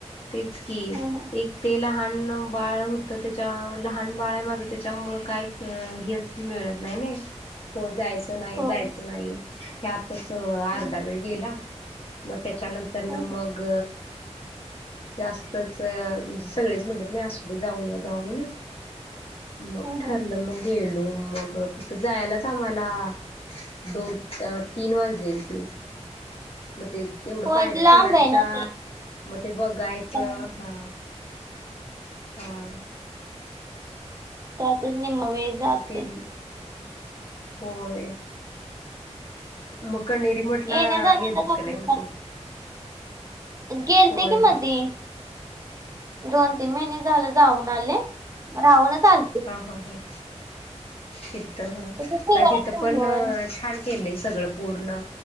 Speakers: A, on the left; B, on the right.
A: तेच की
B: हा हा
A: एक ते लहाणं बाळ होतं त्याच्या लहान बाळ आहे मागे त्याच्यामुळं काही हेच मिळत नाही नाय. <unintelligible> होय जायच नाही
B: होय
A: जायचं नाही ह्यातच अर्धा
B: हम्म
A: वेळ गेला. मग त्याच्यानंतर
B: हम्म
A: ना मग जास्तच म्हणजे सगळेच म्हणतेत नाही असो दे जाऊन या जावा म्हणं मग
B: हम्म
A: ठरलं
B: हम्म.
A: मंग गेलो मग तिथं जायलाच आम्हाला दोन अ तीन वाजले तीन म ते तेवढं
B: होय
A: पायऱ्या
B: ते लांब
A: चढायच्या
B: आहे ना ते
A: म ते बघायचं
B: त्यामुळे
A: हा. हा
B: त्यातच निम्मा वेळ जातोय
A: म तेन होय. मग कणेरी मठला
B: येण्या जाण्यालाच
A: गेलतीस का
B: आपलं
A: नाय मग तू?
B: गेलते
A: होय
B: की मधी. दोन तीन महिने झालं जाऊन आले राहूनच आल
A: हा हा हा हा हितं
B: कुठे फिरायला
A: नाही तिथं पण
B: होय
A: छान केलेय सगळं पूर्ण